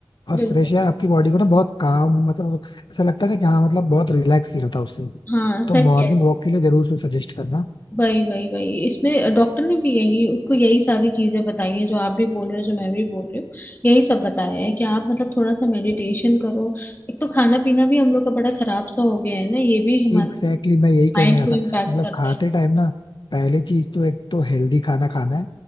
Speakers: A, on the left; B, on the left.
A: और
B: बिल्कुल
A: फ्रेश एयर आपकी बॉडी को ना बहुत काम मतलब ऐसा लगता है ना कि हाँ मतलब बहुत रिलैक्स फील होता है उससे
B: हाँ सही
A: तो मॉर्निंग
B: कह रहे
A: वॉक
B: हो।
A: के लिए जरूर से सजेस्ट करना
B: वही वही वही इसमें डॉक्टर ने भी यही उसको यही सारी चीजें बताई हैं जो आप भी बोल रहे हो जो मैं भी बोल रही हूँ यही सब बताया है कि आप मतलब थोड़ा सा मेडिटेशन करो एक तो खाना पीना भी हम लोग का बड़ा खराब सा हो गया है ना ये भी हमारे
A: एग्जैक्टली exactly मैं यही कहने
B: माइंड
A: आया
B: को
A: था
B: इम्पैक्ट
A: मतलब
B: करता
A: खाते
B: है
A: टाइम ना पहली चीज तो एक तो हेल्दी खाना खाना है